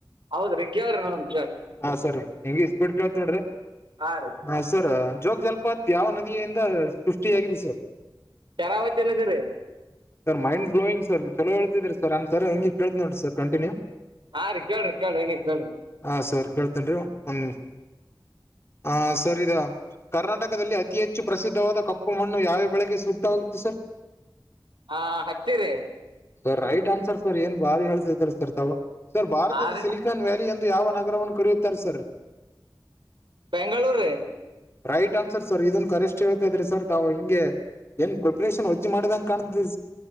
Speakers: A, on the right; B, on the left.
A: ಹೌದ್ರಿ ಕೇಳ್ರ ನ
B: ಹ ಸರಿ ಹೆಂಗ ಸ್ಪೀಡ್ ಕೇಳ್ತ್ ನೋಡ್ರಿ
A: ಹಾ ರೀ
B: ಹೆಸರ ಜೋಗ ಜಲಪತ್ ಯಾವ ನದಿಯಿಂದ ಸೃಷ್ಟಿಯಾಗಿದೆ ಸರ್
A: ಶರಾವತಿ ನದಿ ರೀ
B: ಸರ್ ಮೈಂಡ್ ಬ್ಲೋಗ್ ಸರ್ ಚಲೋ ಹೇಳದ್ರ ಸರ್ಂದ್ ಸರ್ ಹೆಂಗ ಕೇಳ್ತ ನೋರರಿ ಸರ್ ಕಂಟನ್ಯೂ
A: ಹಾ ರೀ ಕೇಳ್ರಿ ಕೇಳ್ರಿ ಹೆಂಗಿ ಕೇಳ್ರಿ
B: ಹ ಸರ್ ಕೇಳ್ತೇನ್ ಒಂದ ಹ ಸರ್ ಇದ ಕರ್ನಾಟಕದಲ್ಲಿ ಅತಿ ಹೆಚ್ಚು ಪ್ರಸಿದ್ಧವಾದ ಕಪ್ಪು ಮಣ್ಣು ಯಾವ್ಯ ಬೆಳೆಗೆ ಸೂಕ್ತವಾಗತ್ತು ಸರ್
A: ಹಾ ಹತ್ತಿರಿ
B: ಸರ್ ರೈಟ್ ಆನ್ಸರ್ ಸರ್ ಏನ್ ಬಾರಿ ಹೇಳಳ್ಸಿದಾರೆ ಸರ್ ತಾವು ಸರ್ ಭಾರತದ
A: ಹಾ ರೀ
B: ಸಿಲಿಕಾನ್ ವ್ಯಾಲಿ ಎಂದು ಯಾವ ನಗರವನ್ನು <unintelligible> sir
A: Bengaluru
B: right answer sir ಇದನ್ ಕರೆಸ್ ಹೇಳ್ತಾ ಇದ್ರಿ ಸರ್ ತಾವು ಹಿಂಗೆ ಏನ್ ಪ್ರಿಪ್ರೇಷನ್ ಹೊಚ್ಚಿ ಮಾಡಿದಗೆ ಕಾಣ್ತ